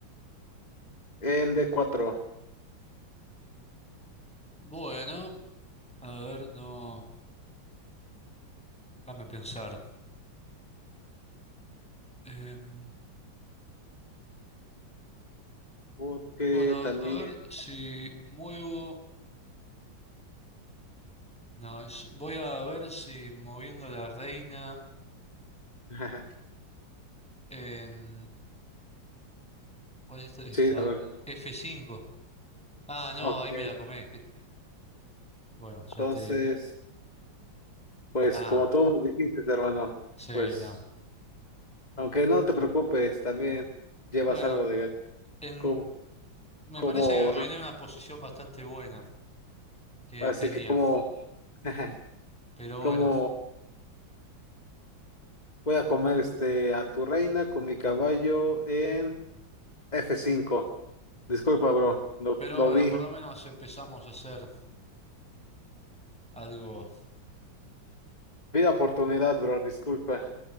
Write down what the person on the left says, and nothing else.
en d cuatro
Porque
también,
<laughs>
sí, a ver,
ok,
entonces,
pues
como tú me dijiste, hermano,
pues
Aunque no te preocupes, también llevas
algo de gato.
Como,
como,
así
que como, <laughs>
como voy a comer este a tu reina con mi caballo en f cinco. Disculpa, bro, lo,
lo
vi.
Vi la oportunidad, bro, disculpa.